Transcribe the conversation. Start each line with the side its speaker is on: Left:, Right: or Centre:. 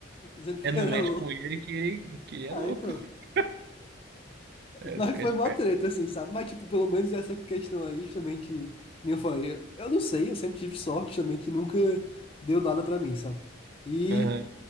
Left: dizendo que
Right: É, não
Left: eu era
Right: mexe
Left: louco.
Right: com ele que ele, que ele
Left: Ah,
Right: é louco.
Left: então.
Right: <laughs> É,
Left: Mas
Right: tu quer
Left: foi
Right: esperto.
Left: mó treta, assim, sabe? Mas, tipo, pelo menos essa questão aí, justamente, nem eu falei, eu, eu não sei, eu sempre tive sorte, justamente, nunca deu nada pra mim, sabe? E,
Right: Aham.